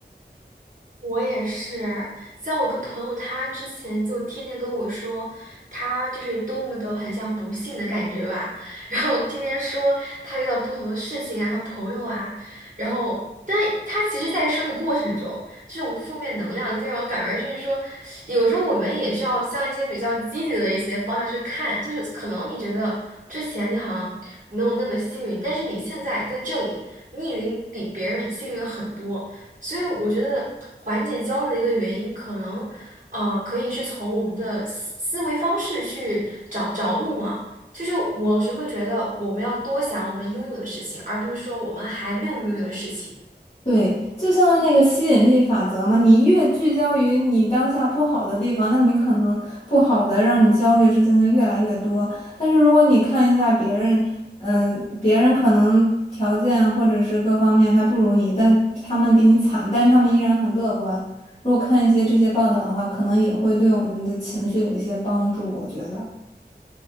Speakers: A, on the right; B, on the left.
A: 我也是，像我一个朋友，他之前就天天跟我说，他就是多么的很像不幸的感觉吧，然后天天说他遇到不同的事情啊和朋友啊，然后，但他其实，在说的过程中，这种负面能量就让我感觉就是说，有时候我们也是要向一些比较积极的一些方向去看，就是可能你觉得之前你好像没有那么幸运，但是你现在在这里，你已经比别人幸运了很多。所以我觉得缓解焦虑的一个原因，可能呃，可以是从我们的思思维方式去找找路嘛。就是我是会觉得我们要多想我们拥有的事情，而不是说我们还没有拥有的事情。
B: 对，就像那个吸引力法则嘛，你越聚焦于你当下不好的地方，那你可能不好的让你焦虑的事情就越来越多。但是如果你看一下别人，嗯、别人可能条件或者是各方面还不如你，但他们比你惨，但他们依然很乐观。如果看一些这些报道的话，可能也会对我们的情绪有一些帮助，我觉得。